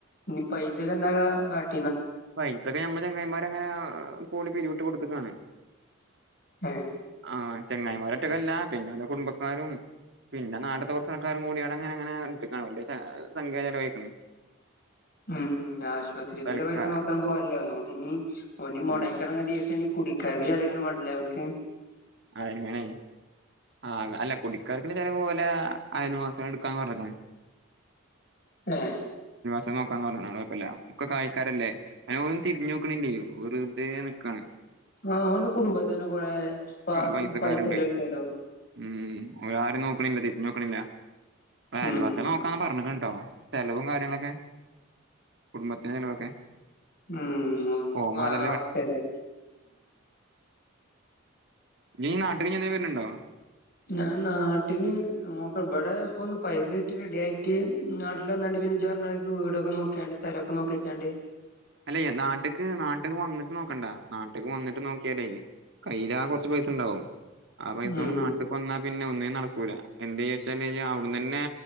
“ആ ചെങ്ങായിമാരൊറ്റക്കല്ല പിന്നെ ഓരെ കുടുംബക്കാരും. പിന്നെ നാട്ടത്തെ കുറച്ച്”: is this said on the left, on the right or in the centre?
Right